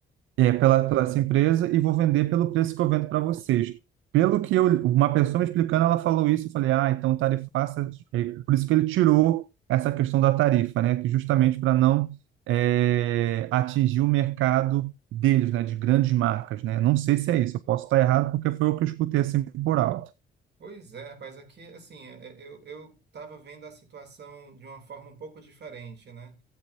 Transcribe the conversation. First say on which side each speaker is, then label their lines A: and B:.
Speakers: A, on the right; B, on the right.
A: é pela, pela
B: Hum.
A: essa empresa, e vou vender pelo preço que eu vendo para vocês. Pelo que eu, uma pessoa me explicando, ela falou isso, eu falei, ah, então tarifaça, é por isso que ele tirou essa questão da tarifa, né, que justamente para não é, atingir o mercado deles, né, de grandes marcas, né, não sei se é isso, eu posso estar errado porque foi o que eu escutei, assim, por alto.
B: Pois é, rapaz, aqui, assim, é, é, eu, eu estava vendo a situação de uma forma um pouco diferente, né?